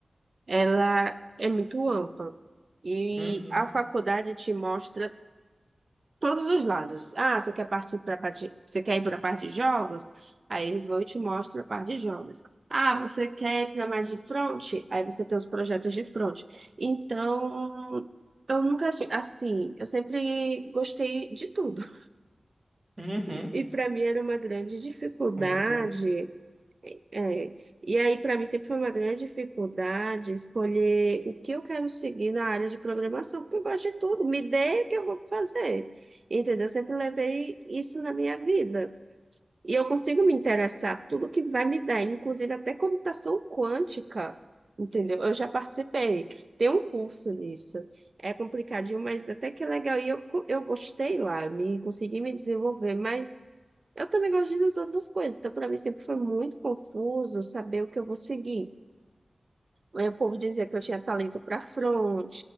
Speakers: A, on the right; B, on the right.
A: ela é muito ampla. E
B: Uhum.
A: a faculdade te mostra todos os lados. Ah, você quer partir para parte, você quer ir para a parte de jogos? Aí eles vão e te mostram a parte de jogos. Ah, você quer ir para mais de front? Aí você tem os projetos de front. Então, eu nunca, achei- assim, eu sempre gostei de tudo.
B: Uhum.
A: E, e para mim era uma grande dificuldade,
B: Muito.
A: é, e aí para mim sempre foi uma grande dificuldade escolher o que eu quero seguir na área de programação, porque eu gosto de tudo, me dê que eu vou fazer, entendeu? Eu sempre levei isso na minha vida. E eu consigo me interessar por tudo que vai me dar, inclusive até computação quântica, entendeu? Eu já participei, tem um curso nisso. É complicadinho, mas até que é legal. E eu, eu gostei lá, me consegui me desenvolver, mas eu também gosto das outras coisas, então para mim sempre foi muito confuso saber o que eu vou seguir. Aí O povo dizia que eu tinha talento para front,